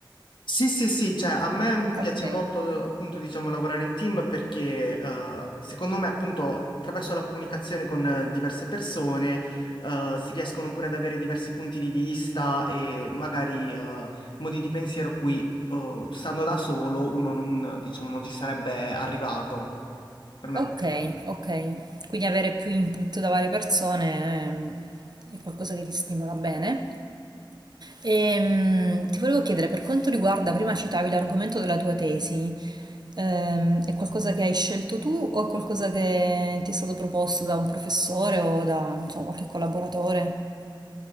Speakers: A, on the left; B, on the right.
A: Sì, sì, sì, cioè a me m, piace
B: Ok.
A: molto appunto diciamo lavorare in team perché eh, secondo me appunto attraverso la comunicazione con eh, diverse persone eh, si riescono pure ad avere diversi punti di vista e magari eh, modi di pensiero cui eh, stando da solo uno non, diciamo, non ci sarebbe arrivato. Per me
B: Ok, ok. Quindi avere più input da varie persone ehm, è qualcosa che ti stimola bene. Ehm, ti volevo chiedere, per quanto riguarda, prima citavi l'argomento della tua tesi, ehm, è qualcosa che hai scelto tu o è qualcosa che ti è stato proposto da un professore o da, non so, qualche collaboratore?